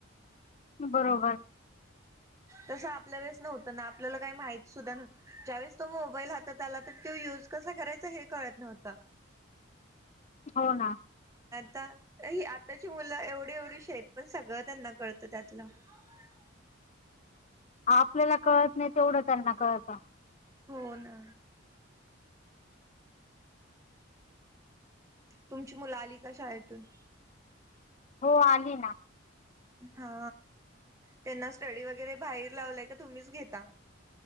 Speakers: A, on the left (about 35°); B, on the right (about 15°).
A: बरोबर.
B: तसं आपल्या वेळेस नव्हतं ना आपल्याला काही माहती सुद्धा नव ज्यावेळेस तो मोबाईल हातात आला तर यज कसा करायचा हे कळत नव्हत.
A: हो ना.
B: आता ही आताची मुलं एवढी एवढी श आहेतेत पण सगळं त्यांना कळतं त्यातलं <unintelligible>
A: आपल्याला कळत नाही तेवढं त्यांना कळत.
B: हो ना. तुमची मुला आली का शाळेतून
A: हो आली ना.
B: हा त्यांना स्टडी वगैरे बाहेर लावलंय का तुम्हीच घेता.